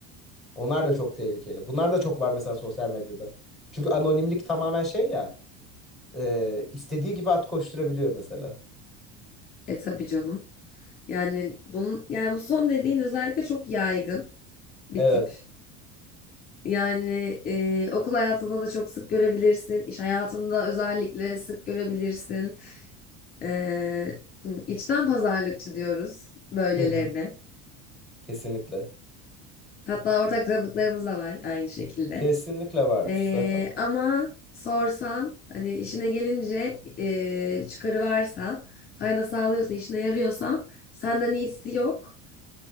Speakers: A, in the centre; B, on the left.
A: Onlar da çok tehlikeli. Bunlar da çok var mesela sosyal medyada. Çünkü anonimlik tamamen şey ya e, istediği gibi at koşturabiliyor mesela.
B: e tabii canım. Yani bunun yani bu son dediğin özellikle çok yaygın bir
A: Evet.
B: tip. Yani e, okul hayatında da çok sık görebilirsin. İş hayatında özellikle sık görebilirsin. E, hı, içten pazarlıkçı diyoruz böylelerine.
A: Hı hı. Kesinlikle.
B: Hatta ortak tanıdıklarımız da var aynı şekilde.
A: Kesinlikle vardır
B: Ee,
A: zaten.
B: ama sorsan hani işine gelince e, çıkarı varsa fayda sağlıyorsa işine yarıyorsan senden iyisi yok.